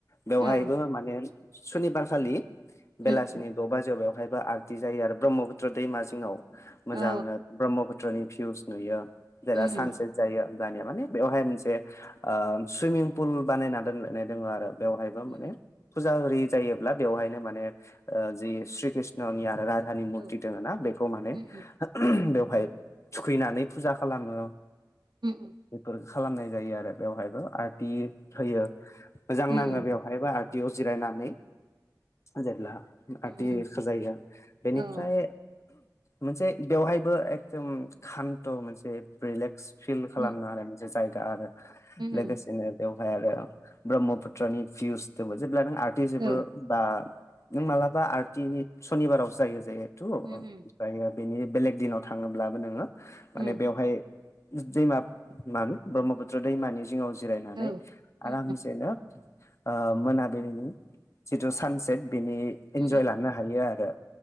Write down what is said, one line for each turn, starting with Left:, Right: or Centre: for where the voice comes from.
Left: बेवहायबो
Right: औ
Left: माने सनिबार खालि बेलासिनि
Right: उम उम
Left: द' बाजियाव बेवहायबो आरथि जायो आरो ब्रह्मपुत्र दैमा जिङाव मोजांनो
Right: औ
Left: ब्रह्मपु त्रनि भिउस नुयो जेरला
Right: उम
Left: सानसेट
Right: उम
Left: जायो। दानिया माने बेवहाय मोनसे सुइमिं पुल बानायना दोनायनाय दङ आरो। बेवहायबो माने
Right: उम
Left: फुजा होरि जायोब्ला बेवहायनो माने जि श्रीकृष्णनि आरो रा धानि मुरथि
Right: औ
Left: दोङोना बेखौ माने
Right: उम
Left: बेवहाय थुखैनानै फुजा खालामो।
Right: उम उम।
Left: बेफोर खालामनाय जायो आरो बेवहायबो आर्टि होयो मोजां नाङो
Right: उम उम उम
Left: बेव मायबा आरतियाव जिरायनानै जेब्ला आरथि
Right: उम
Left: जायो बेनिफ्राय
Right: औ
Left: मोनसे बेवहायबो एकदम खान्थ' मोनसे रिलेक्स फिल खालामनो
Right: उम
Left: आरो मोनसे जायगा आरो लोगोसेनो
Right: उम
Left: बेवहाय आरो ब्रह्मपुत्रनि भिउहदोबो जेब्ला नों आर्टि जोबो
Right: औ
Left: बा नों मालाबा आर्थिनि शनिबारावसो जायो जेहेतु
Right: उम
Left: ओमफ्रायो बेनि बेलेग दिनाव थाङोब्लाबो नोङो माने
Right: उम
Left: बेवहाय दैमा मानो ब्रह्मपुत्र दैमानि जिङाव जिरायनानै
Right: औ उम उम
Left: आरामसेनो ओ मोनाबिलिनि जिथु सानसेट बेनि
Right: उम
Left: इनजय लानो हायो आरो